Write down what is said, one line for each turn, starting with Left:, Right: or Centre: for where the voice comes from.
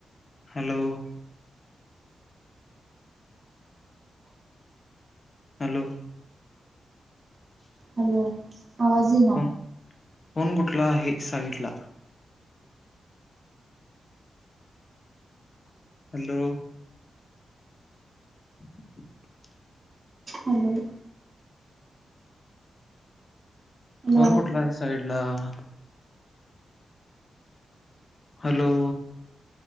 Left: Hello hello.
Right: हॅलो. आवाज ये ना.
Left: फोन फोन कुटला आहे साइडला? Hello. <inaudible>
Right: I love you. Hello
Left: phone कुठला आहे, साईड? ला हॅलो.